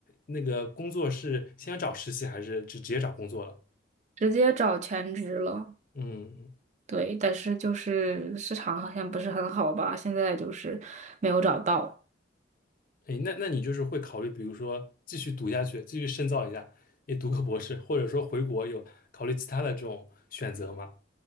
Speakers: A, on the left; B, on the right.
A: 那个工作是先找实习还是直直接找工作了？
B: <laughs> 直接找全职了。
A: 嗯
B: 对，但是就是市场好像不是很好吧，现在就是没有找到。
A: 哎，那那你就是会考虑，比如说继续读下去，继续深造一下，也读个博士，或者说回国有考虑其他的这种选择吗？